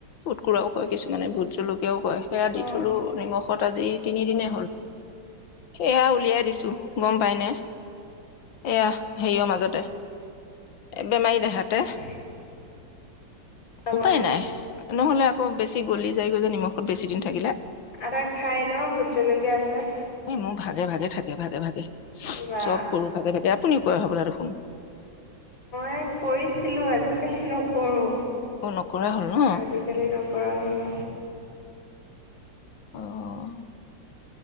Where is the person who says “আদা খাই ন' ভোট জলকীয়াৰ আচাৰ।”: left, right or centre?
Left